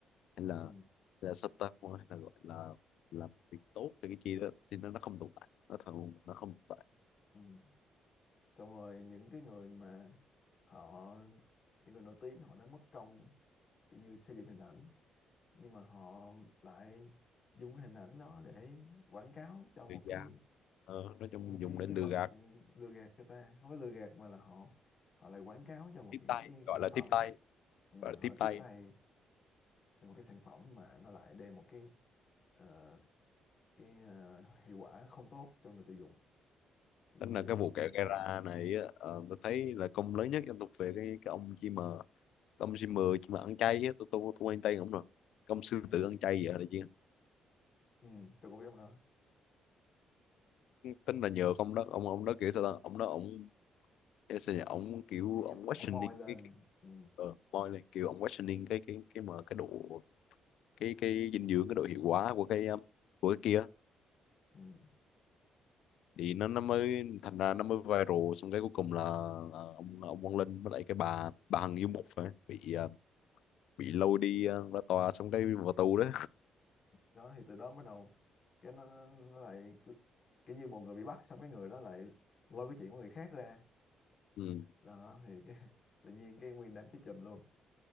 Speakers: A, on the left; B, on the left.
A: hay là
B: Ừ.
A: là sao ta hay là gọi là làm việc tốt cho cái chi đó thì nó nó không tồn tại nó thật luôn, nó không tồn tại
B: Ừ. Xong rồi những cái người mà họ những người nổi tiếng họ đã mất công kiểu như xây dựng hình ảnh nhưng mà họ lại dùng cái hình ảnh đó để quảng cáo cho một
A: Thì dạ
B: cái
A: ờ, nói chung
B: một
A: dùng
B: cái
A: để
B: cái
A: lừa
B: vật
A: gạt
B: ừ, lừa gạt người ta không phải lừa gạt mà là họ họ lại quảng cáo cho một
A: tiếp
B: cái
A: tay
B: cái sản
A: gọi là
B: phẩm
A: tiếp tay
B: ừ,
A: gọi là
B: họ
A: tiếp
B: lại tiếp
A: tay
B: tay cho một cái sản phẩm mà nó lại đem một cái ờ, cái ờ, hiệu quả không tốt cho người tiêu dùng thì
A: tính
B: như
A: là
B: vậy
A: cái vụ kẹo gara này á, ờ, tôi thấy là công lớn nhất dân tộc về cái cái ông chim mờ Cái ông chim mờ chim mà ăn chay á, tôi tôi tôi quen tay ông rồi Cái ông sư
B: ừ,
A: tử ăn chay vậy là chứ
B: ừ, tôi cũng biết ông đó
A: tính là nhờ ông đó ông ông đó kiểu sao ta ông đó ông cái sao nhỉ ông kiểu
B: kiểu
A: ông
B: như
A: questioning
B: ông moi lên
A: cái, cái
B: ừ,
A: ờ, moi lên kiểu ông questioning cái cái cái mà cái độ cái cái dinh dưỡng cái độ hiệu quả của cái um, của cái kia
B: ừ,
A: thì nó nó
B: ờ.
A: mới thành ra nó mới viral xong cái cuối cùng là là ông ông Quang Linh với lại cái bà bà Hằng Du Mục phải bị à, bị lôi đi à, ra tòa xong cái vào tù đó
B: đó thì từ đó bắt đầu cái nó, nó nó lại kiểu như một người bị bắt xong cái người đó lại lôi cái chuyện của người khác ra
A: ừ.
B: đó thì cái, <laughs> tự nhiên cái nguyên đám chết chùm luôn